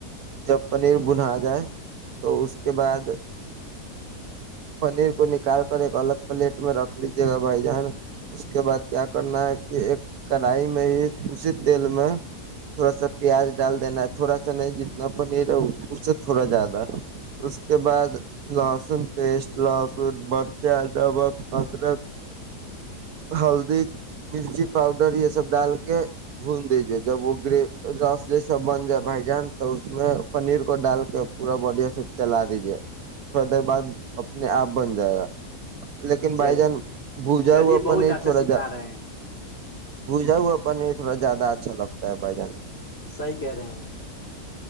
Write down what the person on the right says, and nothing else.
جب پنیر بنا جائے تو اس کے بعد پنیر کو نکال کر ایک الگ پلیٹ میں رکھ لیجے گا بھائی جان اس کے بعد کیا کرنا ہے کہ ایک کڑھائی میں ہی اسی تیل میں تھوڑا سا پیاز ڈال دینا ایسا نہیں جتنا پنیر ہے اس سے تھوڑا زیادہ اس کے بعد لہسن پیسٹ لہسن مرچ ڈبک ادرک ہلدی مرچی پاؤڈر یہ سب ڈال کے بھون دیجے جب وہ گ رس جیسا بن جائے بھائی جان تو اس میں پنیر کو ڈال کے پورا بڑیا سے چلا دیجیے تھوڑا دیر بعد اپنے آپ بن جائے گا لیکن بھائی
جان بھجا
ہو اپن
تھوڑا
جا
بھجا ہوا بنے تھڑا زیادہ اچھا لگتا ہے بھائی جان